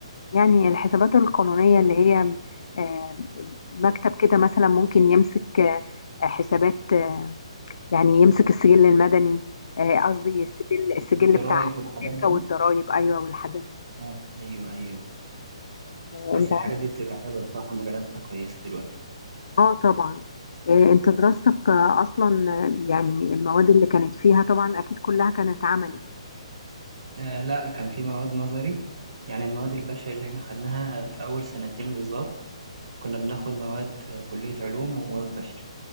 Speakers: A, on the left; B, on the right.
A: يعني الحسابات القانونية اللي هي آه، مكتب كده مثلا ممكن يمسك آه، حسابات آه، يعني يمسك السجل المدني آه، قصدي السجل السجل
B: الضرايب
A: بتاع
B: والحاجات
A: الشركة
B: دي
A: والضرائب أيوة والحاجات دي
B: آه، ايوه ايوه
A: آه،
B: بس
A: انت
B: الحاجات دي بتبقى حلوه بصراحه مجالاتها كويسه دلوقتي
A: اه طبعا آه، انت دراستك آه، اصلا آه، يعني المواد اللي كانت فيها طبعا اكيد كلها كانت عملي
B: آه لا كان في مواد نظري يعني المواد البشري اللي احنا خدناها في اول سنتين بالظبط كنا بناخد مواد آه، كلية علوم ومواد بشري